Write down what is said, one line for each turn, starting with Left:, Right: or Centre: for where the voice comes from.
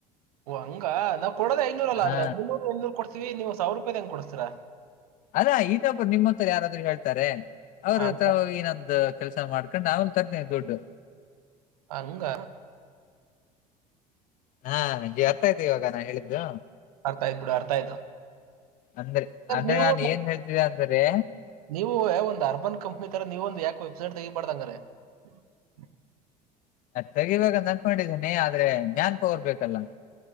Right: ಹಂಗ ನಾವ್ ಕೊಡದ ಐನೂರ ಅಲ್ಲ
Left: ಹಾ
Right: ಆದರೆ ಮುನ್ನೂರಐನೂರು ಕೊಡ್ತ <unintelligible> ನೀವು ಸಾವಿರ ರೂಪಾಯಿ ತಂಗ್ ಕೊಡ್ಸ್ತೀಾ
Left: ಅದೇ ಇದೇ <unintelligible> ನಿಮ್ಮ ಹತ್ರ ಯಾರಾದ್ರು ಹೇಳ್ತಾರೆ ಅವ್ರ
Right: ಹಂಗ
Left: ಹತ್ರ ಹೋಗಿ ನೊಂದು ಕೆಲ್ಸ ಮಾಡ್ಕೊಂಡು ಆ ತಗತೇನೆ ದುಡ್ಡು
Right: ಹಂಗ
Left: ಹಾ ಜಿ ಅರ್ಥ ಆಯ್ತೆ ಇವಾಗ ನಾನ್ ಹೇಳಿದ್ದು
Right: ಅರ್ಥ ಆಯ್ತ್ ಬಿಡ ಅರ್ಥ ಆಯ್ತು
Left: ಅಂದ್ರೆ ಅಂದ್ರೆ
Right: ನೀವು
Left: ನಾನು ಏನ್ ಹೇಳ್ತಿದ್ದೆ ಅಂದ್ರೆ
Right: ನೀವು ಒಂದು ಅರ್ಬನ್ ಕಂಪ್ನಿ ತರ ನೀವೊಂದು ಯಾಕೋಯ್ತು ತಗಿಪಡ್ದಂಗ್ರ <unintelligible> <inaudible>
Left: ತೆಗಿವಾಗ ಅನ್ಕೊಂಡಿದ್ದೇನನೆ ಆದ್ರೆ ಮ್ಯಾನ್ ಪವರ್ ಬೇಕಲ್ಲ